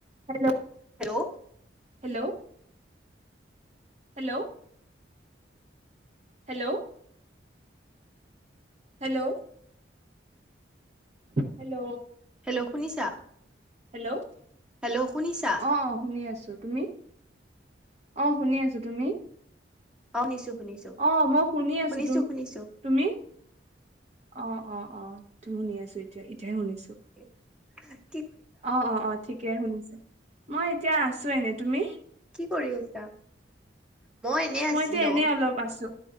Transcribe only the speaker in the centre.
হেল্ল',
হেল্ল' শুনিছা
hello শুনিছা
অ শুনিছো শুনিছো
শুনিছো শুনিছো
<unintelligible>
কি কৰি আছা? মই এনে আছিলো